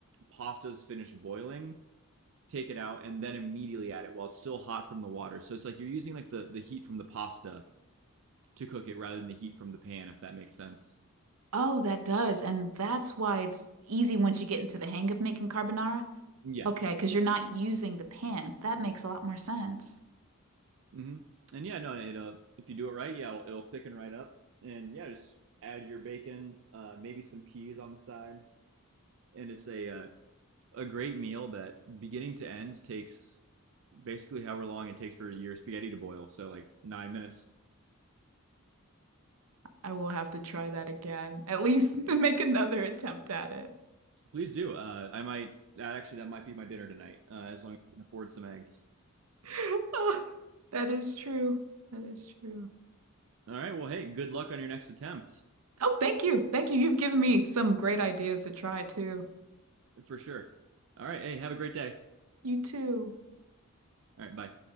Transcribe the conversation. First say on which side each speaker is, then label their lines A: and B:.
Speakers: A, on the right; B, on the right.
A: pasta's finished boiling, take it out, and then immediately add it while it's still hot from the water. So it's like you're using like the the heat from the pasta to cook it rather than the heat from the pan, if that makes sense.
B: Oh, that does. And that's why it's easy once you get into the hang of making carbonara.
A: Yeah.
B: Okay, because you're not using the pan. That makes a lot more sense.
A: hmm And yeah, no, it'll if you do it right, yeah, it'll, it'll thicken right up, and yeah, just add your bacon, uh, maybe some peas on the side, and it's a uh, a great meal that beginning to end takes basically however long it takes for your spaghetti to boil. So like nine minutes.
B: I will have to try that again. At least <laughs> make another attempt at it.
A: Please do. Uh, I might that actually that might be my dinner tonight. Uh, as long as I can afford some eggs.
B: <laughs> Oh, that is true. That is true.
A: All right. Well, hey, good luck on your next attempt
B: Oh, thank you. Thank you. You've given me some great ideas to try too.
A: for sure. All right. Hey, have a great day.
B: You too.
A: All right. Bye.